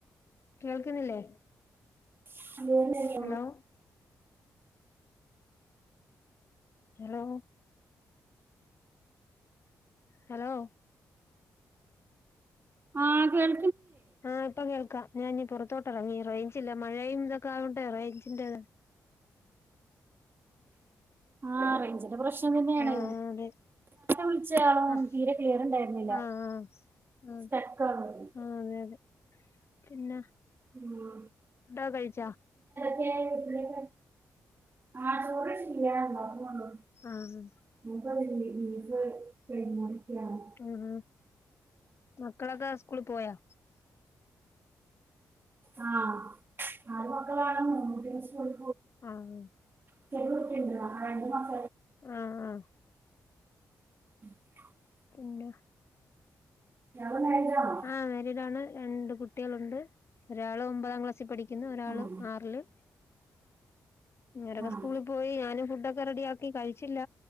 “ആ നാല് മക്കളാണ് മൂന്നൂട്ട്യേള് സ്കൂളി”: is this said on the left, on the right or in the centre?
Right